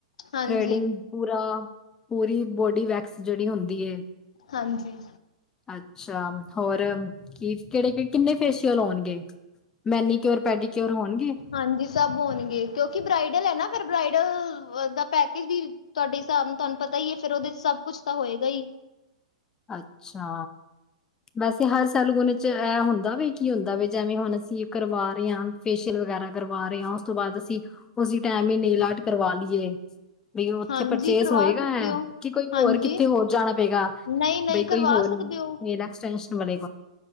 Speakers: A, on the left; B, on the left.
A: ਹਾਂਜੀ,
B: ਥ੍ਰੇਡਿੰਗ ਪੂਰਾ ਪੂਰੀ ਬੋਡੀ ਵੈਕਸ ਜੇੜੀ ਹੁੰਦੀ ਏ।
A: ਹਾਂਜੀ।
B: ਅੱਛਾ ਹੋਰ ਕੀ ਕੇੜੇ ਕਿ ਕਿੰਨੇ ਫੇਸ਼ੀਅਲ ਹੋਨਗੇ ਮੈਨੀ ਕਿਓਰ ਪੈਡੀਕਓਰ ਹੋਨਗੇ
A: ਹਾਂਜੀ ਸਭ ਹੋਨਗੇ ਕਿਉਂਕਿ ਬ੍ਰਈਡਲ ਐ ਨਾ ਫਿਰ ਬ੍ਰਾਈਡਲ ਦਾ ਪੈਕੇਜ ਵੀ ਤੁਆਡੇ ਹਿਸਾਬ ਨ ਤੁਆਨ ਪਤਾ ਈ ਏ ਫੇਰ ਉਦੇ ਚ ਸਭ ਕੁੱਛ ਤਾਂ ਹੋਏਗਾ ਈ।
B: ਅੱਛਾ। ਵੈਸੇ ਹਰ ਸੈਲੂਨ ਚ ਇਹ ਹੁੰਦਾ ਵੇ ਕੀ ਹੁੰਦਾ ਵੇ, ਜੈਵੇ ਹੁਣ ਅਸੀਂ ਕਰਵਾ ਰਹੇ ਹਾਂ ਫੇਸ਼ੀਅਲ ਵਗੈਰਾ ਕਰਵਾ, ਰਹੇ ਹਾਂ ਉਸ ਤੋਂ ਬਾਦ ਅਸੀਂ ਉਸੀ ਟੈਮ ਹੀ ਨੇਲਾਟ ਕਰਵਾ ਲਈਏ। ਵੀ ਉੱਥੇ
A: ਹਾਂਜੀ
B: ਪਰਚੇਸ
A: ਕਰਵਾ
B: ਹੋਏਗਾ
A: ਸਕਦੇ
B: ਹੈ,
A: ਹੋ।
B: ਕਿ ਕੋਈ
A: ਹਾਂਜੀ
B: ਹੋਰ ਕਿੱਥੇ ਹੋਰ ਜਾਣਾ ਪਏਗਾ?
A: ਨਹੀਂ, ਨਹੀਂ ਕਰਵਾ
B: ਕੋਈ ਹੋਰ
A: ਸਕਦੇ ਹੋ।
B: ਨੇਲ ਐਕਸਟੈਨਸ਼ਨ ਵਾਲੇ,